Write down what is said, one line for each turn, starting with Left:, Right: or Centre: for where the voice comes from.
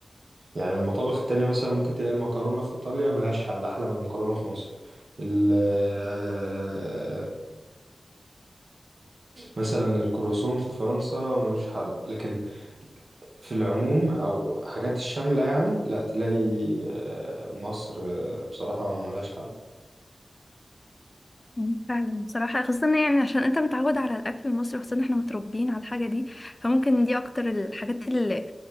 Right: يعني المطابخ التانية مثلا ممكن تلاقي المكرونة في إيطاليا ملهاش حل أحلى من المكرونة في مصر ال- آه، مثلا الكرواسون في فرنسا ملوش حل لكن في العموم أو حاجات الشاملة يعني لا تلاقي آه، مصر آه، بصراحة ملهاش حل
Left: مم. فعلا بصراحة خاصة يعني عشان انت متعود على الأكل المصري خاصة احنا متربيين على الحاجة دي فممكن دي أكتر الحاجات اللي